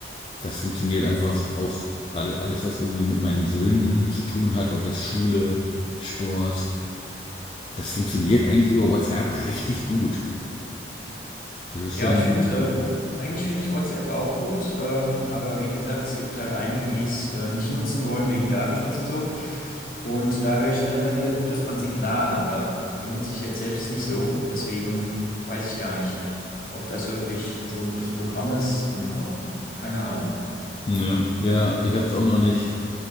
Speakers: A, on the left; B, on the left.
A: Das funktioniert einfach auch all- alles, was irgendwie mit meinen Söhnen zu tun hat, ob das Schule, Sport, das funktioniert eigentlich über WhatsApp richtig gut. Das ist
B: Ja,
A: schon,
B: ich finde, äh, eigentlich finde ich WhatsApp auch gut, ähm, aber wie gesagt, es gibt halt einige, die es äh, nicht nutzen wollen wegen Datenschutz und so. Und da höre ich dann immer wieder Gutes von Signal, aber benutze ich jetzt selbst nicht so. Deswegen weiß ich gar nicht, ob das wirklich so ein gutes Programm ist und oh, keine Ahnung.
A: ja, ja ich habe es auch noch nicht,